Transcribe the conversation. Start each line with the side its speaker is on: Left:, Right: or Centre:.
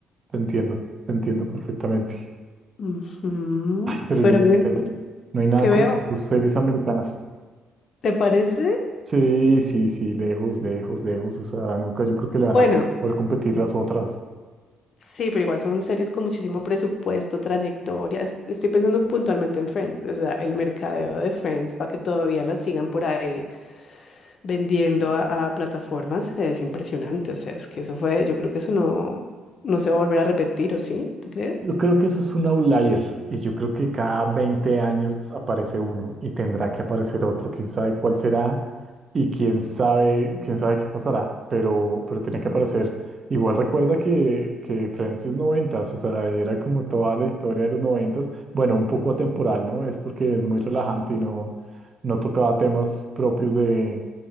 Right: Te entiendo, te entiendo perfectamente.
Left: Ujú.
Right: Ay, pero
Left: Pero
Right: yo no
Left: bueno,
Right: sé. No hay nada
Left: ¿qué
Right: como
Left: veo?
Right: las sus series americanas.
Left: ¿Te parece?
Right: Sí, sí, sí, lejos, lejos, lejos. O sea, nunca yo creo que le van
Left: Bueno,
Right: a poder competir las otras.
Left: sí, pero igual son series con muchísimo presupuesto, trayectorias. Estoy pensando puntualmente en Friends, o sea, el mercadeo de Friends para que todavía la sigan por ahí vendiendo a, a plataformas es impresionante. O sea, es que eso fue, yo creo que eso no, no se va a volver a repetir, ¿o sí? ¿Tú crees?
Right: Yo creo que eso es un outlier y yo creo que cada 20 años aparece uno y tendrá que aparecer otro, quién sabe cuál será y quién sabe, quién sabe qué pasará, pero, pero tiene que aparecer. Igual recuerda que, que Friends es noventas, o sea, era como toda la historia de los noventas, bueno, un poco atemporal, ¿no? Es porque es muy relajante y no, no tocaba temas propios de,